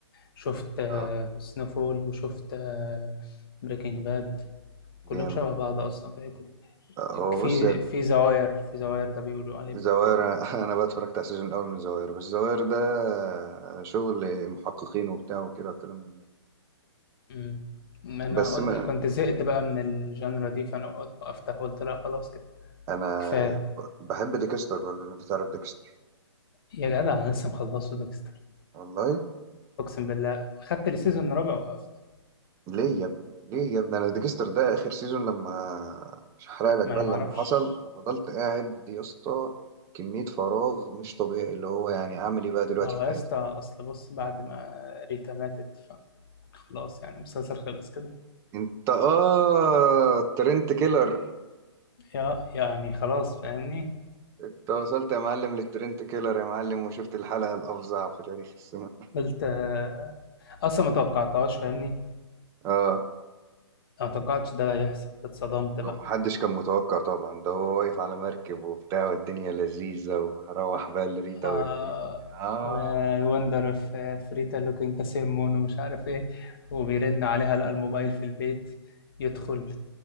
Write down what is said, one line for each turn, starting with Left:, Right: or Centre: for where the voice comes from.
Left: شفت
Right: اه
Left: سنوفول وشفت بريكنج باد
Right: جامد
Left: كلهم شبه بعض اصلا في الحته دي
Right: هو
Left: في
Right: بص
Left: في زواير في زواير ده بيقولوا عليه
Right: الزواير
Left: برضو
Right: <laughs> انا بقى اتفرجت على السيزون الاول من الزواير بس الزواير ده شغل محققين وبتاع وكده والكلام من ده
Left: امم انا
Right: بس
Left: قلت
Right: ما
Left: كنت زهقت بقى من الجانرا دي فانا وقفت قلت لا خلاص كده
Right: انا
Left: كفايه
Right: بحب ديكستر برضه لو انت تعرف ديكستر
Left: يا جدع انا لسه مخلصه ديكستر
Right: والله
Left: اقسم بالله خدت السيزون الرابع وقفت
Right: ليه يا ابني ليه يا ابني انا ديكستر ده
Left: آه،
Right: اخر سيزون لما مش هحرق لك
Left: ما
Right: بقى
Left: انا
Right: لما
Left: معرفش
Right: حصل فضلت قاعد يا اسطى كمية فراغ مش طبيعي اللي هو يعني اعمل ايه بقى دلوقتي
Left: ما هو
Right: في
Left: يا
Right: حياتي
Left: اسطى اصل بص بعد ما ريتا ماتت فخلاص يعني المسلسل خلص كده
Right: انت اه ترنت كيلر
Left: يا يعني خلاص فاهمني
Right: انت وصلت يا معلم للترنت كيلر يا معلم وشفت الحلقة الأفظع في تاريخ السينما
Left: قلت آه، اصلا ما توقعتهاش فاهمني
Right: اه
Left: أنا ما توقعتش ده هيحصل اتصدمت بقى
Right: محدش كان متوقع طبعا ده هو واقف على مركب وبتاع والدنيا لذيذة وروح بقى لريتا
Left: آه
Right: والدنيا اه
Left: وندر في فريتا لوكينج ذا سيم مون ومش عارف ايه وبيرن عليها لقى الموبايل في البيت يدخل